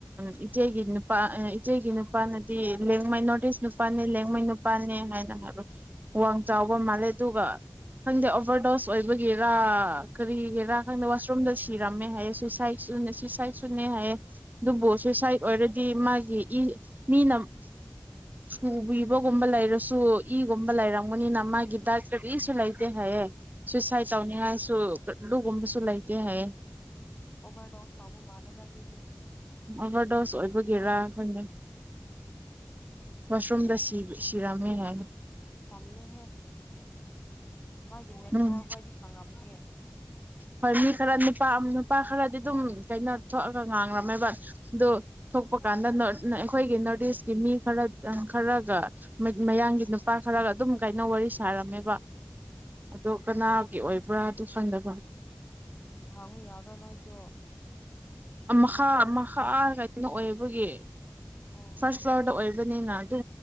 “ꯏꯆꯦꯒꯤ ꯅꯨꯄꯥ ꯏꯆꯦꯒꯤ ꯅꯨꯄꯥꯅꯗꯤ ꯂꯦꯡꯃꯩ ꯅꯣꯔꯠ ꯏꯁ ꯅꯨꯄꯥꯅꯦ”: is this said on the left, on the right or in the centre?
Right